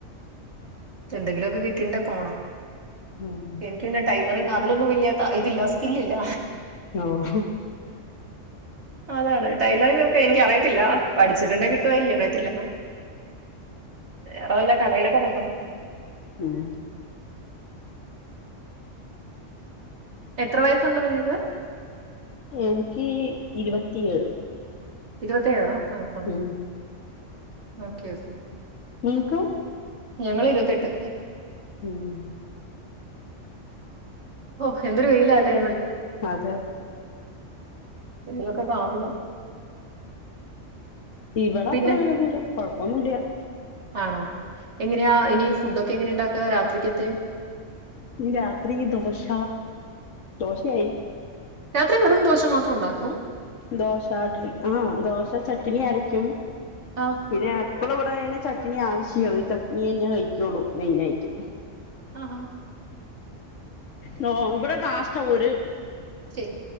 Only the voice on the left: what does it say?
ഉം
ആഹ
ഉം
എനിക്ക് ഇരുപത്തിയേഴ്
ഉം
നിങ്ങക്കോ
ഉം
അതെ.
ഇവിടെ
അത്ര വെയിലൊന്നുല്ലാ കൊഴപ്പൊന്നുല്ല്യാ
ഇ രാത്രി ദോശ ദോശയായിരിക്കും
ദോശാട്ടിൽ ആഹ് ദോശ ചട്ട്ണി അരക്കും.
പിന്നെ എപ്പളു വടെ അയ്ന് ചട്ട് ട്നി ആവശ്യാണ്. ചട്നി തന്നെ കഴിക്കുള്ളൂ മെയിനായിട്ട്.
നോ ഇവിടെ നാഷ്ട ഒര്